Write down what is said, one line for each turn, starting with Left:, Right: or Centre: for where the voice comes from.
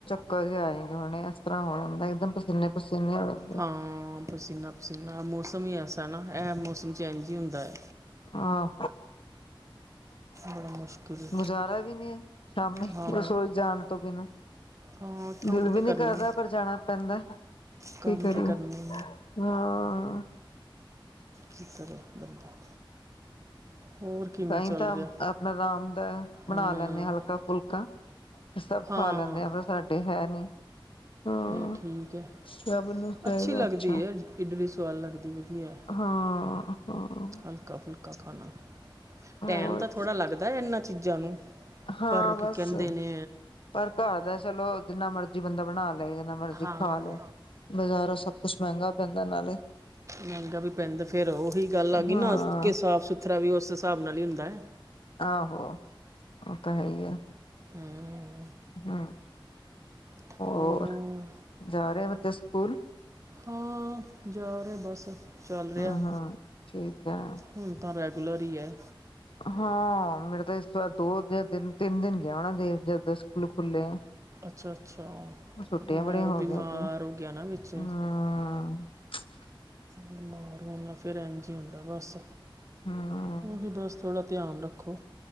Left: ਕਰ ਆਏਗੀ ਹੁਣ, ਇਸ ਤਰ੍ਹਾਂ ਹੋਣ ਹੁੰਦਾ ਇੱਕਦਮ ਪਸੀਨੇ- ਪਸੀਨੇ ਹੋ ਜਾਂਦੇ
Right: ਹਾਂ ਪਸੀਨਾ- ਪਸੀਨਾ ਮੌਸਮ ਹੀ ਐਸਾ ਨਾ, ਇਹ ਮੌਸਮ ਚੇਂਜ ਹੀ ਹੁੰਦਾ ਐ।
Left: ਹਾਂ
Right: ਬੜਾ ਮੁਸ਼ਕਿਲ
Left: ਗੁਜ਼ਾਰਾ ਵੀ ਨਹੀਂ ਸ਼ਾਮੀ,
Right: ਹਾਂ
Left: ਰਸੋਈ ਚ ਜਾਣ ਤੋਂ ਬਿਨਾਂ,
Right: ਹਾਂ ਕੰਮ
Left: ਦਿਲ
Right: ਤਾਂ
Left: ਵੀ ਨੀ
Right: ਕਰਨੀ
Left: ਕਰਦਾ ਪਰ ਜਾਣਾ ਪੈਂਦਾ
Right: ਕੰਮ
Left: ਕਿ ਕਰੀਏ,
Right: ਤਾਂ ਕਰਨੀ
Left: ਹਾਂ
Right: ਕਿ ਕਰੇ ਬੰਦਾ ਹੋਰ ਕਿਵੇਂ
Left: ਕਈ
Right: ਚੱਲ
Left: ਤਾਂ
Right: ਰਿਹਾ
Left: ਆਪਣਾ ਆਰਾਮ ਦਾ ਬਣਾ
Right: ਹੂੰ
Left: ਲੈਂਨੇ ਆਪਣਾ ਹਲਕਾ ਫੁ ਫੁਲਕਾ, ਤੇ ਸਭ
Right: ਹਾਂ
Left: ਖਾ ਲੈਂਦੇ ਆ ਪਰ ਸਾਡੇ ਹੈ ਨੀ, ਹਾਂ
Right: ਇਹ ਠੀਕ ਐ
Left: ਸਭ ਨੂੰ ਚਾਹੀਦਾ
Right: ਅੱਛੀ ਲੱਗਦੀ
Left: ਅੱਛਾ
Right: ਐ ਇਡਲੀ ਸੁਆਦ ਲੱਗਦੀ ਵੱਧੀਆ
Left: ਹਾਂ ਹਾਂ
Right: ਹਲਕਾ ਫੁਲ ਕਾ ਖਾਣਾ
Left: ਹੋਰ
Right: ਟੈਮ ਤਾਂ ਥੋੜ੍ਹਾ ਲੱਗਦਾ ਏਨਾਂ ਚੀਜ਼ਾਂ ਨੂੰ।
Left: ਹਾਂ
Right: ਪਰ ਕੀ
Left: ਬਸ
Right: ਕੇਂਦੇ ਨੇ
Left: ਪਰ ਘਾਰ ਦਾ ਚਲੋ ਜਿੰਨਾ ਮਰਜੀ ਬੰਦਾ ਬਣਾ ਲਏ ਜਿੰਨਾ ਮਰਜੀ
Right: ਹਾਂ
Left: ਖਾ ਲਓ, ਬਜ਼ਾਰੋਂ ਸਭ ਕੁਛ ਮੇਂਗਾ ਪੈਂਦਾ ਨਾਲੇ
Right: ਮੇਂਗਾ ਵੀ ਪੈਂਦਾ ਫਿਰ ਉਹੀ ਗੱਲ ਆ ਗਈ
Left: ਹਾਂ
Right: ਨਾ ਕਿ ਸਾਫ਼ ਸੁਥਰਾ ਵੀ ਉਸ ਹਿਸਾਬ ਨਾਲ ਹੀ ਹੁੰਦਾ।
Left: ਆਹੋ ਓ ਤਾਂ ਹੈ ਈ ਆ।
Right: ਹੂੰ
Left: ਹਕਹਾ,
Right: ਹਾਂ
Left: ਹੋਰ ਜਾ ਰਏ ਬੱਚੇ ਸਕੂਲ?
Right: ਹਾਂ ਜਾ ਰਏ ਬਸ ਚੱਲ ਰੇਆ।
Left: ਹਾਂ ਹਾਂ ਠੀਕ ਹੈ
Right: ਹੁਣ ਤਾਂ ਰੈਗੂਲਰ ਈ ਐ।
Left: ਹਾਂ ਮੇਰਾ ਤਾਂ ਇਸ ਵਾਰ ਦੋ ਜਾਂ ਤਿੰਨ-ਤਿੰਨ ਗੇਆ ਹੁਨਾ ਜੇ ਜਦ ਦੇ ਸਕੂਲ ਖੁੱਲੇ ਆ। ਓਨੂੰ
Right: ਅੱਛਾ ਅੱਛਾ ਹਾਂ,
Left: ਛੁੱਟਿਆ ਬੜਿਆ
Right: ਉਹ
Left: ਹੋ
Right: ਬਿਮਾਰ
Left: ਗਿਆ ਸੀ ਹਾ
Right: ਹੋ ਗਿਆ ਨਾ ਵਿੱਚ
Left: ਚਚ
Right: ਬਿਮਾਰ ਹੋਇਆ ਸੀ। ਫਿਰ ਐਨਜ ਹੁੰਦਾ ਬਸ,
Left: ਹੂੰ
Right: ਓ ਵੀ ਬਸ ਥੋੜ੍ਹਾ ਧਿਆਨ ਰੱਖੋ।